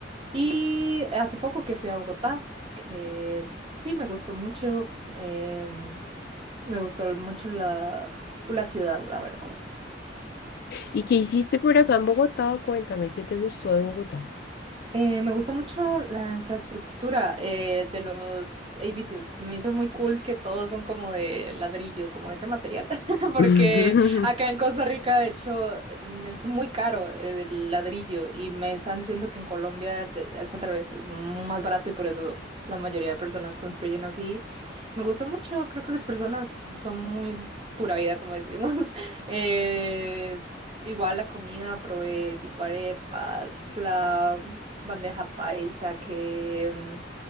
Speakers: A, on the right; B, on the left.
A: Y hace poco que fui a Bogotá, que sí me gustó mucho, em, me gustó mucho la, la ciudad, la verdad.
B: ¿Y qué hiciste por acá en Bogotá? Cuéntame, ¿qué te gustó de Bogotá?
A: Eh, me gustó mucho la infraestructura eh, de los edificios. Me hizo muy cool que todos son como de ladrillo, como ese material, <laughs> porque
B: <laughs>
A: acá en Costa Rica, de hecho, mm, es muy caro eh, el ladrillo y me están diciendo que en Colombia de- es al revés, es más barato y por eso la mayoría de personas construyen así. Me gusta mucho, creo que las personas son muy pura vida, como decimos. <laughs> Eh, Igual la comida, probé tipo arepas, la bandeja paisa, que mm,